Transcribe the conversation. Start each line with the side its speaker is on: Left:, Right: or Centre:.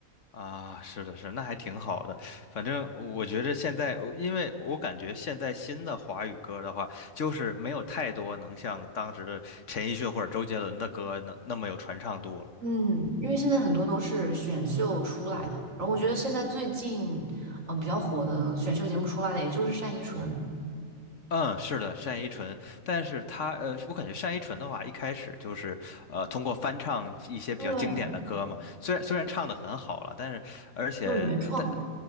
Left: 啊，是的，是，那还挺好的。反正我觉着现在，因为我感觉现在新的华语歌的话，就是没有太多能像当时的陈奕迅或者周杰伦的歌能那么有传唱度了。
Right: 嗯，因为现在很多都是选秀出来的，然后我觉得现在最近嗯比较火的选秀节目出来的，也就是单依纯，
Left: 嗯，是的，单依纯，但是他呃，我感觉单依纯的话，一开始就是呃，通过翻唱一些比较经典的歌嘛，
Right: 对，
Left: 虽然虽然唱的很好了，但是而且呃但
Right: 有原创，